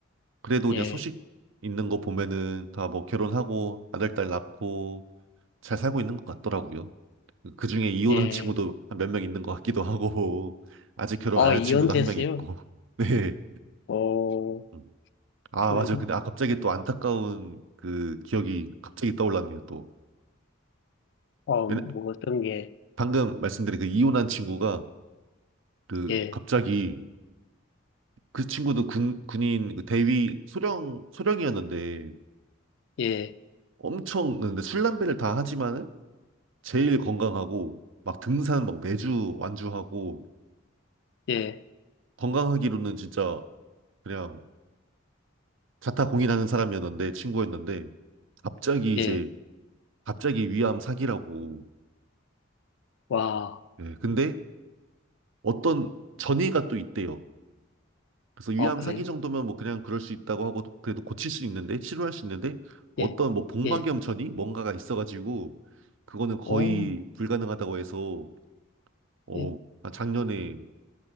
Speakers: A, on the right; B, on the left.
A: 그래도 그냥
B: 예,
A: 소식 있는 거 보면은 다 뭐 결혼하고 아들, 딸 낳고 잘 살고 있는 것 같더라고요. 그 중에 이혼한
B: 예.
A: 친구도 한 몇 명 있는 것 같기도 하고, <laughs> 아직 결혼
B: 아,
A: 안 한
B: 이혼됐어요?
A: 친구도 한 명 있고. <laughs> 네.
B: 어,
A: 음. 아,
B: 그,
A: 맞아요. 근데 아, 갑자기 또 안타까운 그 기억이 갑자기 떠올랐네요, 또.
B: 어,
A: 왜냐-
B: 뭐, 어떤 게,
A: 방금 말씀드린 그 이혼한 친구가 그
B: 예,
A: 갑자기 그 친구도 군, 군인 그 대위 소령, 소령이었는데
B: 예,
A: 엄청, 근데 술, 담배를 다 하지만은 제일 건강하고 막 등산 막 매주 완주하고
B: 예,
A: 건강하기로는 진짜 그냥 자타 공인하는 사람이었는데 친구였는데 갑자기 이제
B: 예,
A: 갑자기 위암 사기라고
B: 와,
A: 예 근데 어떤 전이가 또 있대요 그래서 위암
B: 아, 그래요?
A: 사기 정도면 뭐 그냥 그럴 수 있다고 하고 그래도 고칠 수 있는데 치료할 수 있는데 어떤
B: 예,
A: 뭐 복막염
B: 예,
A: 전이 뭔가가 있어가지고 그거는 거의
B: 오,
A: 불가능하다고 해서 어
B: 예,
A: 작년에